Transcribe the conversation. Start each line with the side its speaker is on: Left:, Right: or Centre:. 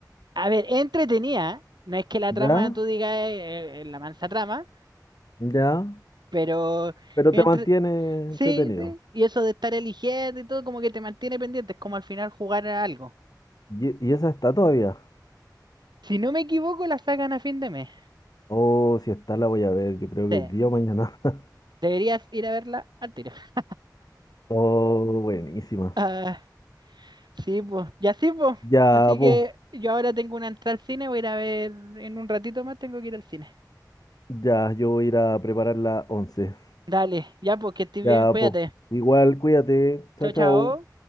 Right: A ver, entretenida. No es que la
Left: ya,
Right: trama tú digas eh, eh, la mansa trama,
Left: ya.
Right: pero
Left: Pero
Right: entre...
Left: te mantiene
Right: Sí,
Left: entretenido.
Right: sí. Y eso de estar eligiendo y todo como que te mantiene pendiente. Es como al final jugar a algo.
Left: ¿Y, y esa está todavía?
Right: Si no me equivoco, la sacan a fin de mes.
Left: Oh, si está la voy a ver, yo creo que
Right: Sí.
Left: hoy día o mañana. <laughs>
Right: Deberías ir a verla al tiro. <laughs>
Left: Oh, buenísima.
Right: Ah, sí, pues. Ya sí, pues.
Left: Ya,
Right: Así
Left: pues,
Right: que yo ahora tengo una entrada al cine. Voy a ir a ver en un ratito más. Tengo que ir al cine.
Left: ya, yo voy a ir a preparar la once.
Right: Dale, ya porque estoy
Left: Ya,
Right: bien, cuídate.
Left: pues, Igual, cuídate. Chao,
Right: Chao,
Left: chao.
Right: chao.